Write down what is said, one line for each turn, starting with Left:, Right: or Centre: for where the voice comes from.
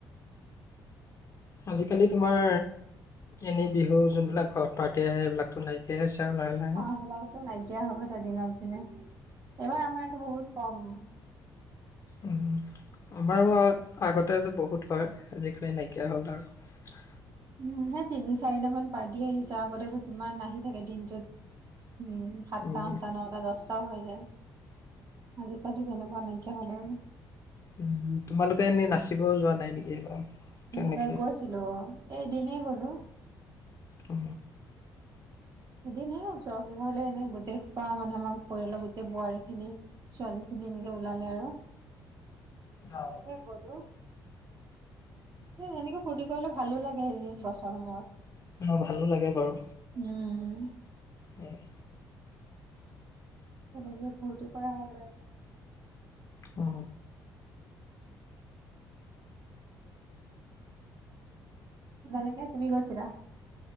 Left: আজিকালি তোমাৰ এনে বিহু যোনবিলাক ঘৰত পাতে সেবিলাকতো নাইকিয়াই হৈছে আৰু লাহে লাহে
Right: অ সেইবিলাক তো নাইকিয়াই হৈ গৈছে দিনক দিনে এইবাৰ আমাৰ ইয়াতো বহুত কম
Left: উম আমাৰো আগতে আজি বহুত হয় আজিকালি নাইকিয়া হ'ল আৰু
Right: উম সেই তিনি চাৰিটামান পাৰ্টি আহিছে আগতেতো কিমান আহি থাকে দিনটোত উম সাতটা
Left: উম,
Right: আঠটা নটা দহটা অ হৈ যায় আজিকালি কেনেকুৱা নাই কিয় হ'ল আৰু
Left: উ তোমালোকে এনেই নাচিব যোৱা নাই নেকি এইবাৰ তেনেকে
Right: নে গইছিলো এদিনে গ'লো
Left: অ
Right: এদিন হলেও ওচৰ কি ঘৰলে এনে গোটেই খোপা মানে আমাৰ পৰিয়ালৰ গোটেই বোৱাৰী খিনি ছোৱালী খিনি এনেকে ওলালে আৰু
Left: অ
Right: হেনেকে গলো এ এনেকে ফুৰ্তি কৰিলে ভালো লাগে এদিন বছৰ সময়ত
Left: অ ভালো লাগে বাৰু
Right: উম
Left: হয়
Right: এনেকে ফুৰ্তি কৰা হ'ল আৰু
Left: অ
Right: তোমালোকৰ তুমি গইছিলা